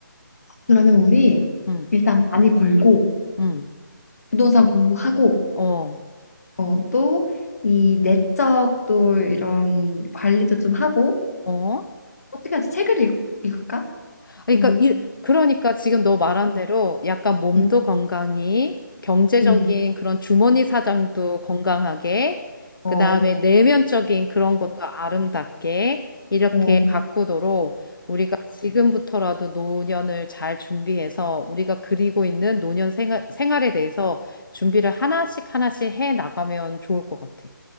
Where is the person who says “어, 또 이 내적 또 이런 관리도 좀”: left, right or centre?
Left